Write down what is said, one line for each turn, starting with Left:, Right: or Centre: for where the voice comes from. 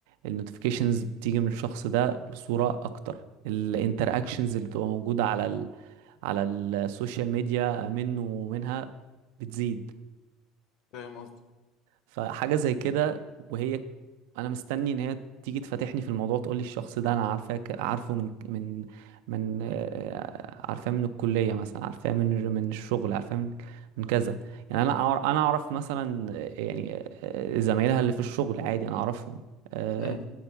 Right: النوتيفيكيشنز بتيجي من الشخص ده بصوره اكتر الانتراكشنز اللي بتبقى موجوده على ال على السوشيال ميديا منه ومنها بتزيد
Left: فاهم قصدك
Right: فحاجة زي كده وهي انا مستني ان هي تيجي تفتحني في الموضوع تقول لي الشخص ده انا عارفاك عارفه من من من آه، عارفاه من الكلية مثلا عارفاه من من الشغل عارفاه من من كذا يعني انا أعر- انا اعرف مثلا آه، يعني آه، زمايلها اللي في الشغل عادي انا اعرفهم آه،
Left: امم